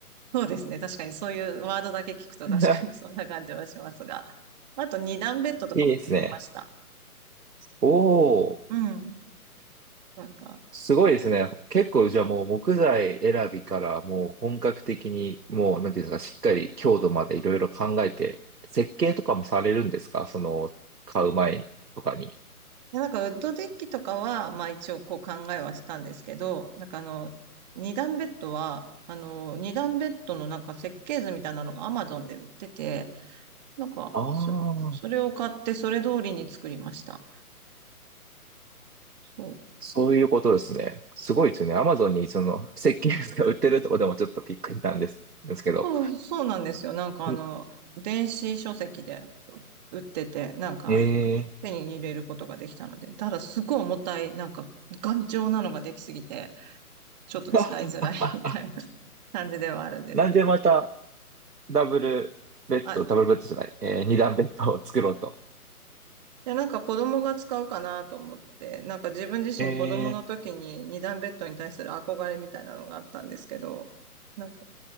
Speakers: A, on the right; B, on the right.
A: そうですね。確かにそういうワードだけ聞くと確かにそんな感じはしますが。
B: <laughs>
A: あと、二段ベッドとかも作りました。
B: いいですね。おー。
A: うん。なんか、
B: すごいですね。結構じゃあもう木材選びからもう本格的にもうなんていうんですか、しっかり強度までいろいろ考えて、設計とかもされるんですかその買う前とかに。
A: でなんかウッドデッキとかは、まあ一応こう考えはしたんですけど、なんかあの、二段ベッドは、あの、二段ベッドのなんか設計図みたいなのが Amazon で売ってて、なんか、
B: ああ、
A: そ、それを買ってそれ通りに作りました。そう
B: そういうことですね。すごいですね。アマゾンにその設計図が売ってるとこでもちょっとびっくりなんです、ですけど。
A: そう、そうなんですよ。なんかあの、
B: ん
A: 電子書籍で売ってて、なんか
B: ええ
A: 手に入れることができたので、ただすごい重たい、なんか頑丈なのができすぎて、ちょっと使いづらい
B: <laughs>
A: <laughs> みたいな <laughs> 感じではあるんですけど。
B: なんでまたダブルベッド、
A: あ、い
B: ダブルベッドじゃない、えー、二段ベッドを作ろうと。
A: や、なんか子供が使うかなと思って、なんか自分自身子供の時に二段ベッドに対する憧れみたいなのがあったんですけど、
B: え
A: なんか、